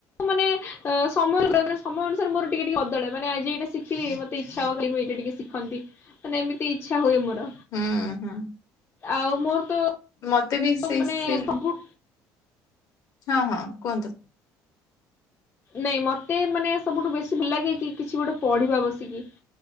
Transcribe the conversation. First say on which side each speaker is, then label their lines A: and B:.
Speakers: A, on the left; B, on the left.
A: ମାନେ ସମୟେ ସମୟ ଅନୁସାରେ ରେ ମୋର ଟିକେ ଟିକେ ବଦଳେ ମାନେ ଆଜି ଏଇଟା ଶିଖିଲି ମୋତେ ଇଛା ହବ କଲି ମୁଁ ଏଇଟା ଟିକେ ଶିଖନ୍ତି ମାନେ ଏମିତି ଇଚ୍ଛା ହୁଏ ମୋର
B: ହୁଁ ହୁଁ
A: ଆଉ ମୋର ତ
B: ମତେ ବି
A: ତ
B: ସେଇ
A: ମାନେ
B: ସିଲ
A: ହୋବୁ।
B: ହଁ ହଁ କୁହନ୍ତୁ?
A: ନାଇଁ ମତେ ମାନେ ସବୁଠୁ ବେଶୀ ଭଲ ଲାଗେ କି କିଛି ଗୋଟେ ପଢିବା ବସିକି।